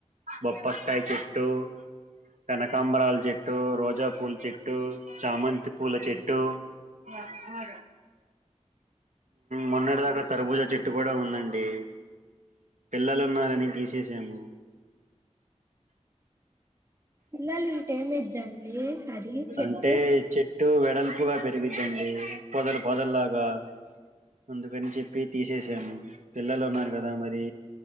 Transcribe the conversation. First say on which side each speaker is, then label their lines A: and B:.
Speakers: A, on the right; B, on the right.
A: బప్పస్తాయి చెట్టు కనకాంబరాల చెట్టు రోజా పూల చెట్టు చామంతి పూల చెట్టు బ మగ మొన్నటి దాకా తరబుజా చెట్టు కూడా ఉందండి పిల్లలు ఉన్నారని తీసేసాము
B: పిల్లలు ఉంటే ఏమిద్దండి అది చెట్టు
A: అంటే చెట్టు వెడల్పుగా పెరిగిద్దండి పొదలు పొదల్లాగా అందుకని చెప్పి తీ చేసాము పిల్లలు ఉన్నారు కదా మరి